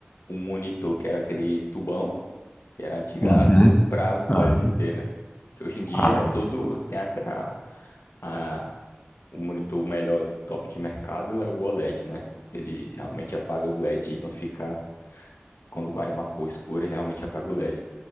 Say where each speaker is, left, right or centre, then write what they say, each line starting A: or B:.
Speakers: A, on the left (about 80°); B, on the left (about 35°).
A: o monitor, que era aquele tubão, que era antigaço,
B: Uhum,
A: para o
B: aham,
A: LCD, né? Que hoje em dia
B: ah,
A: é todo, tem até a, a- o monitor melhor top de mercado é o OLED, né? Ele realmente apaga o LED e não fica, quando vai uma cor escura, ele realmente apaga o LED.